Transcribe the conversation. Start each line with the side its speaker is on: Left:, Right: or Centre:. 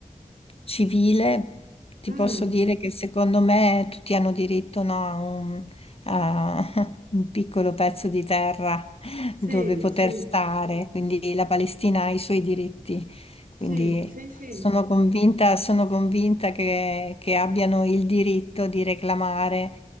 Left: civile ti
Right: Mm.
Left: posso dire che secondo me tutti hanno diritto, no, a un, a <laughs> un piccolo pezzo di terra
Right: Sì,
Left: dove poter
Right: sì,
Left: stare, quindi la Palestina ha i suoi diritti. Quindi
Right: sì, sì, sì,
Left: sono convinta, sono convinta che, che abbiano il diritto di reclamare